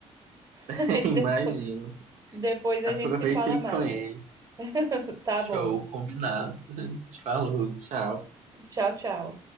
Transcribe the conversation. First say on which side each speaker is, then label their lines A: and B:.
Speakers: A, on the right; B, on the right.
A: <laughs>
B: <laughs>
A: E
B: Imagino.
A: depois, depois a
B: Aproveita
A: gente se fala
B: aí
A: mais.
B: com ele.
A: Tá
B: Show,
A: bom.
B: combinado. <laughs> Falou, tchau.
A: Tchau, tchau.